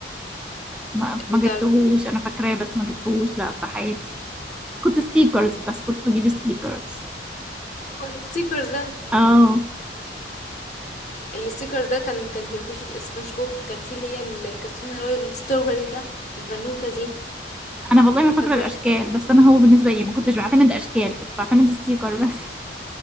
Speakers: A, in the centre; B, on the left (about 45°).
A: ما ما
B: بتاع
A: جبتهوش انا فاكراه بس ما جبتهوش لا في حياتي كنت ستيكرز بس كنت بجيب ستيكرز
B: هو الستيكرز ده
A: اه
B: الستيكرز ده كان كان بيبقى فيه شب- سبونج بوب كان فيه اللي هي الكرتون اللي هو الستروبري ده البنوتة دي
A: انا والله ما فاكره
B: فاكراه
A: الاشكال بس انا هو بالنسبه لي ما كنتش بعتمد اشكال كنت بعتمد ستيكر بس